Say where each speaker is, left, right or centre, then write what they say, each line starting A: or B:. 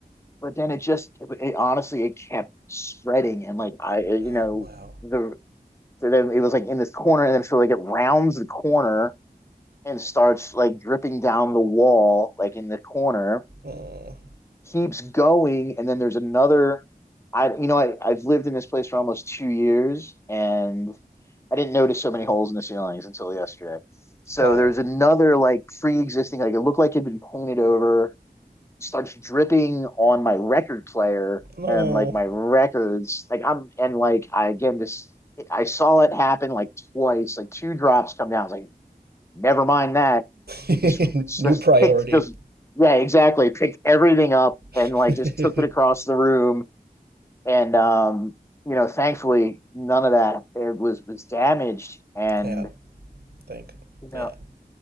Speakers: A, on the left; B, on the right.
A: but then it just it, it honestly it kept spreading and like i you
B: Oh
A: know
B: wow.
A: the so then it was like in this corner and then so like it rounds the corner and starts like dripping down the wall like in the corner
B: Mm,
A: keeps going and then there's another i you know I, i've lived in this place for almost two years and I didn't notice so many holes in the ceilings until yesterday. So
B: wow.
A: there's another like pre-existing, like it looked like it had been painted over. Starts dripping on my record player
B: No.
A: and like my records. Like I'm and like I again just I saw it happen like twice, like two drops come down. I was like, never mind that.
B: <laughs>
A: This
B: New
A: just
B: priority.
A: picked just yeah, exactly. Picked everything up
B: <laughs>
A: and like just took it across the room. And um, you know, thankfully none of that it was was damaged. And
B: yeah, think.
A: you know,
B: Yeah.